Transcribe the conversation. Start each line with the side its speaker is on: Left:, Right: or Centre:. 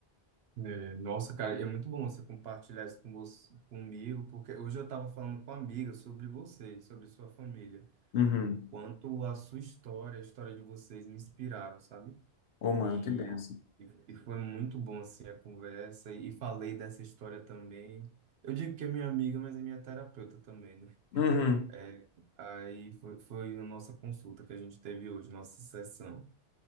Right: É, nossa, cara, e é muito bom você compartilhar isso com você, comigo, porque hoje eu estava falando com uma amiga sobre você, sobre sua família.
Left: Uhum.
Right: o quanto a sua história, a história de vocês me inspiraram, sabe?
Left: Ô, mano,
Right: E,
Left: que bênção.
Right: e, e foi muito bom, assim, a conversa. E, falei dessa história também. Eu digo que é minha amiga, mas é minha terapeuta também, né?
Left: Uhum.
Right: É, aí foi, foi a nossa consulta que a gente teve hoje, nossa sessão.